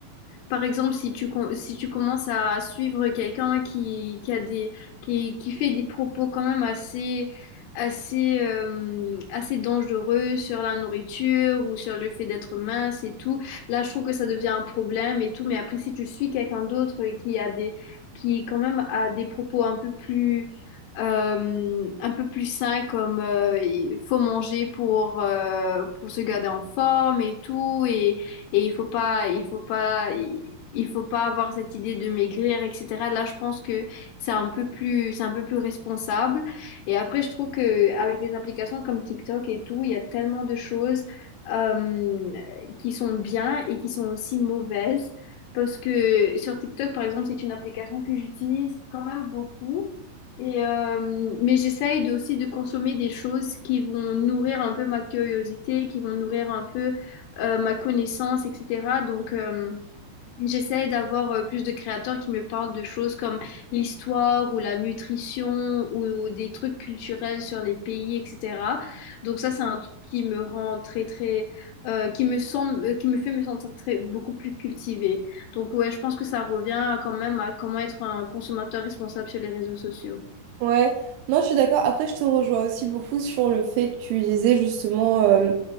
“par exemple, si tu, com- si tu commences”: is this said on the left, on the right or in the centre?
Left